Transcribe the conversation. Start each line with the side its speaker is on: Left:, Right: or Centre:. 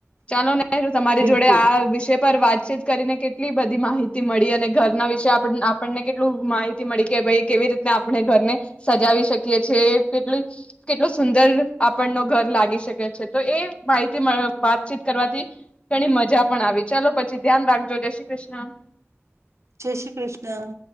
Left: ચાલો ને તમારી
Right: બિલકુલ
Left: જોડે આ વિષય પર વાતચીત કરીને કે કેટલી બધી માહિતી મળી અને ઘરના વિશે આપણને કેટલું માહિતી મળી કે ભાઈ કેવી રીતના આપણે ઘરને સજાવી શકીએ છી કેટલી કેટલું સુંદર આપણ નો ઘર લાગી શકે છે તો એ માહિતી વાતચીત કરવાથી ઘણી મજા પણ આવી ચાલો પછી ધ્યાન રાખજો જે શ્રી કૃષ્ણ
Right: જે શ્રી કૃષ્ણ